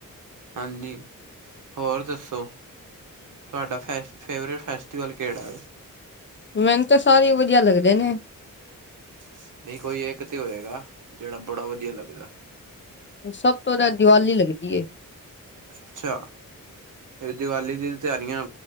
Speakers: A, on the right (about 65°); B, on the left (about 35°).
A: ਹਾਂਜੀ ਹੋਰ ਦੱਸੋ ਤੁਹਾਡਾ ਫ ਫੇਵਰੇਟ ਫੈਸਟੀਵਲ ਕਿਹੜਾ ਹੈ
B: ਮੈਨੂੰ ਤਾਂ ਸਾਰੇ ਵਧੀਆ ਲੱਗਦੇ ਨੇ
A: <unintelligible>
B: ਸਭ ਤੋਂ ਤਾਂ ਦੀਵਾਲੀ ਲੱਗਦੀ
A: ਅੱਛਾ ਫ ਦੀਵਾਲੀ ਦੀ ਤਿਆਰੀਆਂ